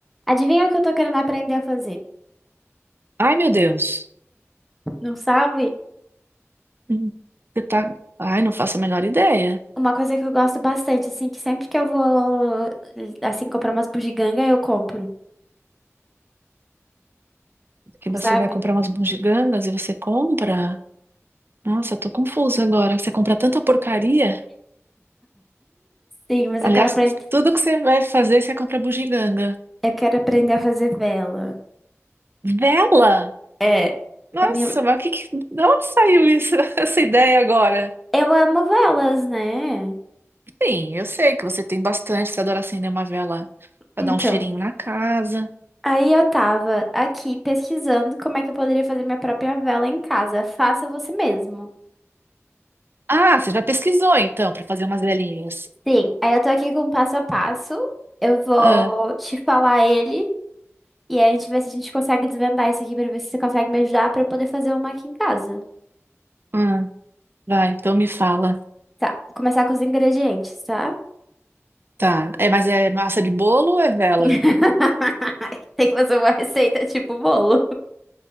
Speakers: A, in the centre; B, on the right.
A: Adivinha o que eu tô querendo aprender a fazer?
B: Ai, meu Deus.
A: Não sabe?
B: Hum, Você tá. Ai, não faço a menor ideia.
A: Uma coisa que eu gosto bastante, assim, que sempre que eu vou, assim, comprar umas bugiganga, eu compro,
B: Que
A: não
B: você
A: sabe?
B: vai comprar umas bugigangas e você compra. Nossa, eu tô confusa agora. Você compra tanta porcaria.
A: Sim, mas
B: Aliás,
A: eu quero aprender,
B: tudo que você vai fazer, você compra bugiganga.
A: eu quero aprender a fazer vela.
B: Vela?
A: É,
B: Nossa,
A: a minha...
B: mas o que que... De onde saiu isso, <laughs> essa ideia agora?
A: Eu amo velas, né?
B: Sim, eu sei que você tem bastante. Você adora acender uma vela pra
A: Então,
B: dar um cheirinho na casa.
A: aí eu tava aqui pesquisando como é que eu poderia fazer minha própria vela em casa. Faça você mesmo.
B: Ah, você já pesquisou então, pra fazer umas velinhas.
A: Sim, aí eu tô aqui com o passo a passo. Eu vou
B: Ah,
A: te falar ele. E aí a gente vê se a gente consegue desvendar isso aqui pra ver se você consegue me ajudar pra eu poder fazer uma aqui em casa.
B: ah, vai, então me fala.
A: Tá, vou começar com os ingredientes, tá?
B: Tá. É, mas é massa de bolo ou é vela?
A: <laughs>
B: <laughs>
A: Tem que fazer uma receita tipo bolo.